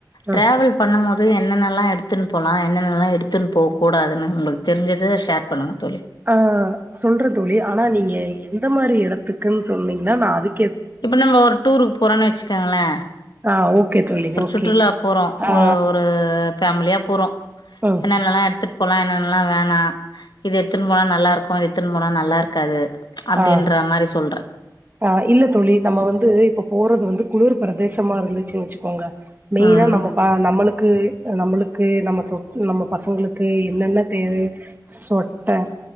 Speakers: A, on the right; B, on the left.
A: ம்
B: டிராவல் பண்ணும்போது என்னென்னல்லா எடுத்துன்னு போலா என்னென்னல்லா எடுத்துன்னு போக்கூடாதுன்னு உங்குளுக்கு தெரிஞ்சுத ஷேர் பண்ணுங்க தோழி
A: ஆ சொல்ற தோழி ஆனா நீங்க எந்த மாரி எடத்துக்குன்னு சொன்னீங்கன்னா நா அதுக்
B: இப்ப நம்மோ ஒரு டூருக்கு போறோம்ன்னு வெச்சுக்கோங்களே
A: ஆ ஓகே தோழி
B: ஒரு
A: ஓகே
B: சுற்றுலா போறோ
A: ஆ
B: ஒ ஒரு ஃபேமிலியா போறோ
A: ம்
B: என்னென்னல்லா எடுத்துட் போலா என்னென்னல்லா வேணா இது எடுத்துன்னு போனா நல்லா இருக்கோ இது எடுத்துன்னு போனா நல்லா இருக்காது அப்டீன்ற
A: ஆ
B: மாரி சொல்றே
A: ஆ இல்ல தோழி நம்ம வந்து இப்ப போறது வந்து குளிர் பிரதேசமா இருந்துச்சு வெச்சுக்கோங்க மெயினா
B: ம்,
A: நம்ம ப நம்முளுக்கு நம்முளு க்கு நம்ம சொத் நம்ம பசங்களுக்கு என்னென்ன தேவயோ சொட்டர்